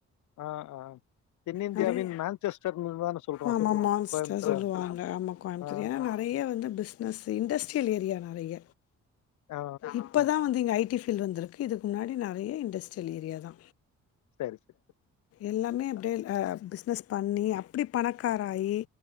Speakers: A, on the left; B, on the left.
A: ஆ ஆ தென்னிந்தியாவின்
B: நெறய
A: மான்செஸ்டர்ன்னு தான சொல்றோம்
B: ஆமா மான்ஸ்டர்
A: கோயம்புத்தூர.
B: சொல்லுவாங்க ஆமா கோயபுத்தூர்
A: ஆ
B: ஏனா நெறைய வந்து பிசினஸ்ஜு இண்டஸ்ட்ரியல் ஏரியா நெறைய
A: ஆ.
B: இப் ப தா வந்து இங்க ஐ டி ஃபீல்டு வந்திருக்கு இதுக்கு முன்னாடி நெறைய இண்டஸ்ட்ரியல் ஏரியா தா
A: சரி சிஸ்டர்
B: எல்லாமே அப்டியே ஹ பிஸ்னஸ் பண்ணி அப்டி பணக்காராயி